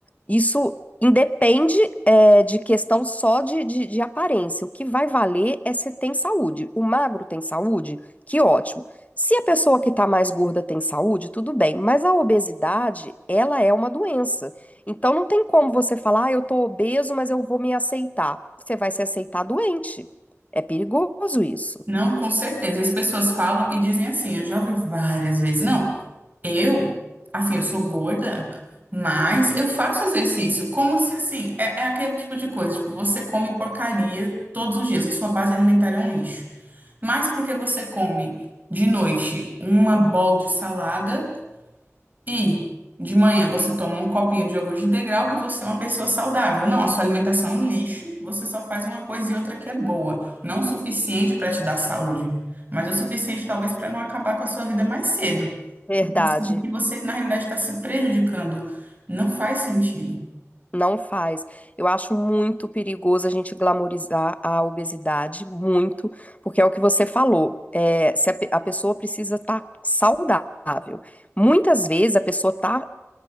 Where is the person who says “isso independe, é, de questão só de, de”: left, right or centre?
Left